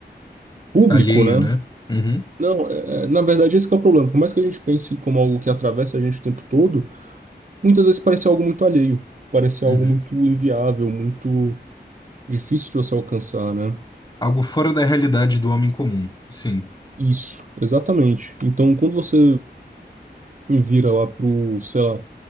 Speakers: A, on the right; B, on the left.
A: público,
B: Alheio,
A: né?
B: né? Uhum,
A: Não, é, é, na verdade, esse que é o problema. Por mais que a gente pense como algo que atravessa a gente o tempo todo, muitas vezes parece algo muito alheio, parece algo
B: uhum.
A: muito inviável, muito difícil de você alcançar, né?
B: Algo fora da realidade do homem comum, sim.
A: Isso, exatamente. Então, quando você vira lá pro, sei lá,